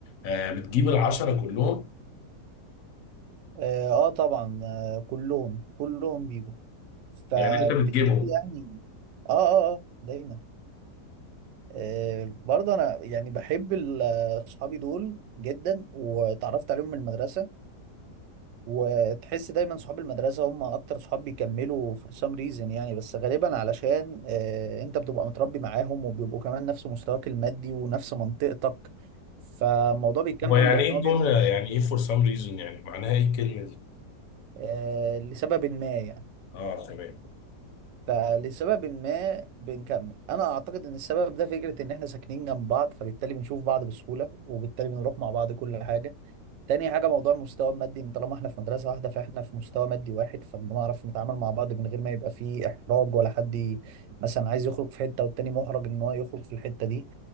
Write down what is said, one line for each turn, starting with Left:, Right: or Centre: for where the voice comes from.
Left: آه بتجيب العشرة كلهم
Right: اه, آه طبعا آه كلهم كلهم بيجوا فبالتالي
Left: يعني انت بتجيبهم
Right: يعني اه اه اه دايما آه، برضه انا يعني بحب ال- اصحابي دول جدا وتعرفت عليهم من المدرسه وتحس دايما صحاب المدرسه هم اكتر صحاب بيكملوا for some reason يعني بس غالبا علشان آه، انت بتبقى متربي معاهم وبيبقوا كمان نفس مستواك المادي ونفس منطقتك فالموضوع بيكمل
Left: ويعني
Right: لان
Left: ايه الجمله
Right: هو بيبقى
Left: يعني ايه for some reason يعني معناها ايه الكلمه دي
Right: آه، لسبب ما يعني
Left: اه تمام
Right: فلسبب ما بنكمل انا اعتقد ان السبب ده فكرة ان احنا ساكنين جنب بعض فبالتالي بنشوف بعض بسهولة وبالتالي بنروح مع بعض كل حاجة تاني حاجة موضوع المستوى المادي ان طالما احنا في مدرسة واحدة فاحنا في مستوى مادي واحد فبنعرف نتعامل مع بعض من غير ما يبقى فيه احراج ولا حد ي- مثلا عايز يخرج في حتة والتاني محرج ان هو يخرج في الحتة دي